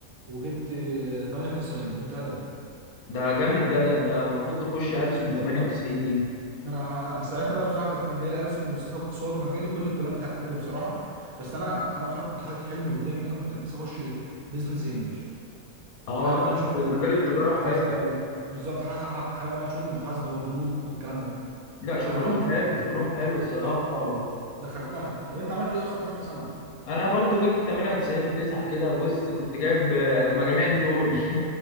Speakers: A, on the right (about 75°); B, on the left (about 80°).
A: وجبت آه، 98 كنت ادبي
B: ده جامد ده ده انت المفروض تخش ألسن ب 98 دي
A: ما انا آه، آه، ساعتها بقى بصراحه كان جاي لي ألسن وسياسه واقتصاد وكان جاي لي كل الكلاب بتاع الادبي بصراحه بس انا انا بصراحه كنت حاطط حلم قدامي ان انا كنت نفسي اخش بزنس انجلش
B: اه
A: حابب انا شغل
B: لا مجال التجارة
A: المحاسبه
B: حلو
A: و... بالظبط حاس- حابب انا شغل المحاسبه والبنوك والكلام ده
B: لا
A: ف
B: شغلهم
A: ف-
B: حلو شغلهم حلو الصراحة
A: بالظبط اه
B: و...
A: دخلتها طب انت عملت ايه اصلا في ثالثه ثانوي؟
B: انا برضو جبت 98 و9 كده بص كنت جايب آه، مجاميع دي تول <laughs>